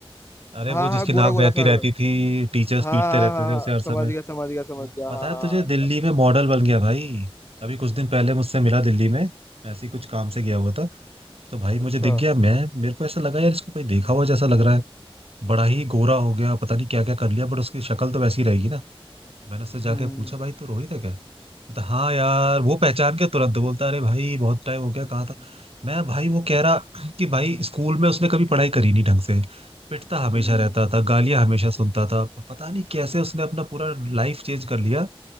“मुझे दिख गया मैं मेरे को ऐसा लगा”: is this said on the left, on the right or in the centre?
Right